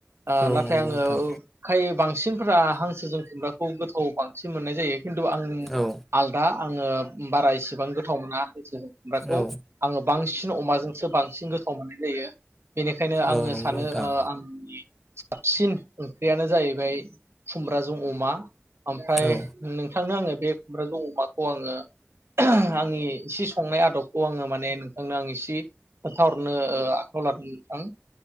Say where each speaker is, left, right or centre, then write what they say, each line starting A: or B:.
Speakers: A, on the right; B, in the centre.
A: ओ
B: औ
A: नाथाय
B: नंगौ
A: आङो
B: नोंथां
A: खाय बांसिनफोरा हांसोजों खुमब्राखौ गोथाव बांसिन मोननाय जायो। खिन्थु आं
B: औ
A: आलदा आङो बारा एसे बां गोथाव मोना <unintelligible> खुम्ब्राखौ
B: औ
A: आङो बांसि न अमाजोंसो बांसिन गोथाव मोननाय जायो। बेनिखायनो आङो
B: औ नंगौ
A: सानो
B: नोंथां
A: ओ आंनि साबसिन ओंख्रियानो जाहैबाय खुमब्राजों अमा। ओमफ्राय
B: औ
A: नोंथांनो आङो बे खुम्ब्राजों अमाखौ आङो आंनि इसे संनाय आदबखौ आङो माने नोंथांनो आं इसे खोन्थाहरनो आखायाव लादों नोंथां।